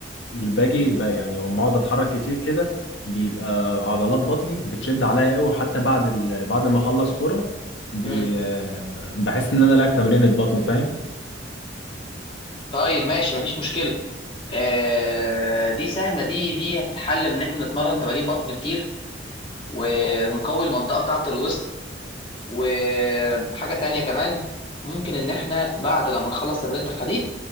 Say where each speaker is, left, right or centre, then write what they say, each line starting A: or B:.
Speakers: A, on the left; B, on the left.
A: اللي باجي ب- يعني لما اقعد اتحرك كتير كده بيبقى عضلات بطني بتشد عليا قوي حتى بعد ال... بعد ما اخلص كوره بي...
B: مم.
A: آه، بحس ان انا لعبت تمرينة بطن فاهم
B: طيب ماشي مفيش مشكله آه دي سهله دي دي هتتحل بان احنا نتمرن تمارين بطن كتير ونقوي المنطقه بتاعه الوسط وحاجه تانية كمان ممكن ان احنا بعد لما نخلص تمرينة الحديد